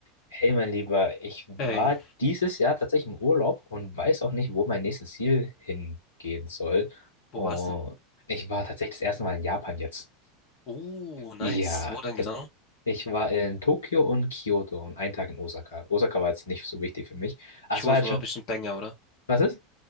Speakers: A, on the left; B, on the left.
A: Hey, mein Lieber, ich war
B: Ey,
A: dieses Jahr tatsächlich im Urlaub und weiß auch nicht, wo mein nächstes Ziel hingehen soll.
B: wo
A: Und
B: warst du?
A: ich war tatsächlich das erste Mal in Japan jetzt.
B: Oh, nice.
A: Ja,
B: Wo denn
A: das,
B: genau?
A: ich war in Tokio und Kyoto und einen Tag in Osaka. Osaka war jetzt nicht so wichtig für mich. Ah,
B: Kyoto
A: es war halt schon.
B: war bestimmt Banger, oder?
A: Was ist?